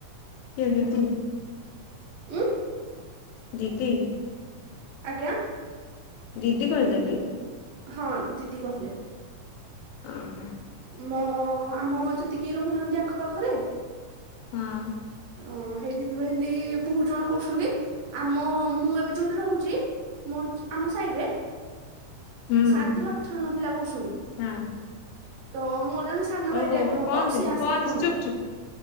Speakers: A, on the left (about 90°); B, on the right (about 80°).
A: କେମିତି।
B: ଉଁ।
A: ଦିଦି।
B: ଆଜ୍ଞା।
A: ଦିଦି କହିଲ କି।
B: ହଁ ଦିିଦିିି କହିଲେ।
A: ଅ ହଁ।
B: ମୋ ଆମ ଯେତିକି ରହୁନାହାନ୍ତି ଆଖପାଖରେ
A: ହୁଁ।
B: ଅ ହେଇ ଭିତରୁ ହେମ୍ତି ବହୁତ ଜଣ କରୁଛନ୍ତି ଆମ ମୁଁ ଏବେ ଯୋଉଠି ରହୁଚି ମୁଁ ଯ ଆମ ସାଇରେ
A: ହୁଁ
B: ସାତରୁୁ ଆଠ ଜଣ ପିଲା କରୁଛନ୍ତି
A: ହଁ
B: ତ ମୋର ଜଣେ ସାନ ଭାଇ
A: ଓହୋ
B: ଟାଇପ ର ହବ
A: କଣ ଦିଦି
B: ସିଏ ଆସିକି
A: କଣ
B: କହିଲା।
A: ଚୁପ୍ ଚୁପ୍ ଚୁପ୍।